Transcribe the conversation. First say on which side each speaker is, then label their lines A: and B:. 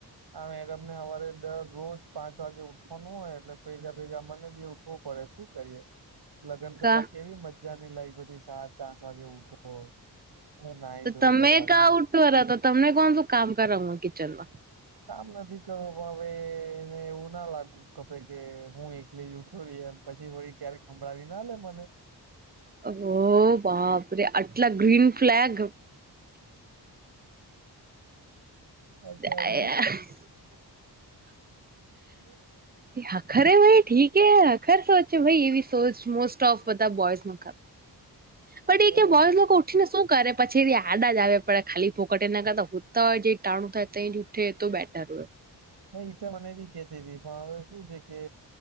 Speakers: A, on the right; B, on the right.
A: આ મેડમ ને હવારે દર રોજ પાંચ વાગે ઉઠવાનું હોય એટલે ભેગા ભેગા મને બી ઉઠવું પડે શું કરીએ?
B: <inaudible>
A: લગ્ન પેલા
B: કા
A: કેવી મજાની લાઈફ હતી પછી સાત આઠ વાગે ઉઠતો. અને નાહી
B: તો
A: ધોઈ
B: તમે
A: પરવારી
B: <inaudible> તમને કોણ શું કામ કરાવું કિચનમાં?
A: કામ નથી કરવું પણ એને એવું ના લાગું- - ખપે કે હું એકલી જ ઉઠું રી એમ પછી વળી ક્યારે હભળાવી ના લે મને
B: ઓહ બાપરે અટલા ગ્રીન ફ્લેગ.
A: અચ્છા
B: <unintelligible>
A: એવું <unintelligible>
B: એ હખરે ઠીક એ હખર સોચે ભાઈ એવી સોચ મોસ્ટ ઓફ બધા બોયઝ ન <inaudible> બટ એ
A: એવું
B: કે <inaudible> લોકો ઉઠી ને શું કરે પછી એ આડા જ આવે પડયા ખાલી ફોકટ ના કરતા હુતા હોય જઈ ટાણું થાય તઈ જ ઉઠે તો બેટર હોય.
A: હ ઈ તો મને બી કેતી તી પણ હવે શું છે કે